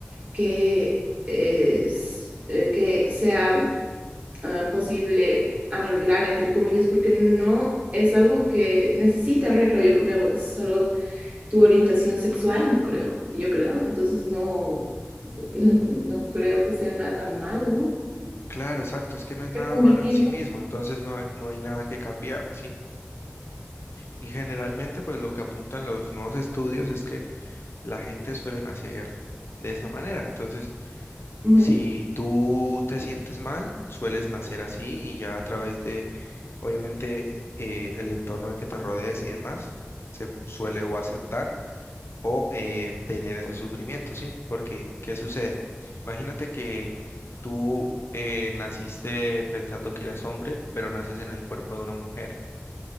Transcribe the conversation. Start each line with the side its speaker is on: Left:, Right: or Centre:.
Right: que, es, eh, que sea ah, posible arreglar, entre comillas, porque no es algo que necesite arreglo, yo creo, es solo tu orientación sexual, no creo, yo creo, entonces no, <laughs> no creo que sea nada malo
Left: Claro, exacto, es que no es nada
Right: convertirlo.
Left: malo en sí mismo, entonces no, hay- no hay nada que cambiar, ¿sí? Y generalmente, pues lo que apuntan los nuevos estudios es que la gente suele nacer de esa manera. Entonces,
Right: Ujú.
Left: si tú te sientes mal, sueles nacer así y ya a través de, obviamente, eh, el entorno al que te rodees y demás, se suele o aceptar o eh, tener ese sufrimiento, ¿sí? Porque, ¿qué sucede? Imagínate que tú eh, naciste pensando que eras hombre, pero naces en el cuerpo de una mujer.